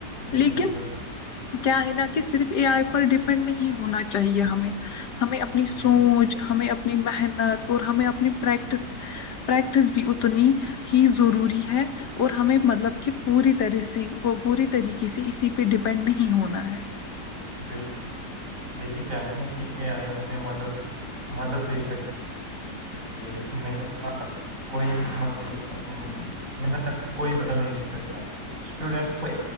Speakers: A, on the right (about 55°); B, on the left (about 85°).
A: جی
B: لیکن
A: بالکل
B: کیا ہے نا کہ صرف اے آئی پر ڈیپینڈ نہیں ہونا چاہیے ہمیں ہمیں اپنی سوچ
A: جی
B: ہمیں اپنی محنت اور ہمیں اپنی پریکٹس پریکٹس بھی اتنی ہی ضروری ہے اور ہمیں مطلب کہ پوری طرح سے وہ پوری طریقے سے اسی پہ ڈیپینڈ نہیں ہونا ہے
A: بالکل دیکھیے کیا ہے نا کہ اے آئی ہمیں مدد مدد دے سک یہیل کہ محنت کا کوئی مطلب م کوئی بدل نہیں س سکتا اسٹوڈینٹ کو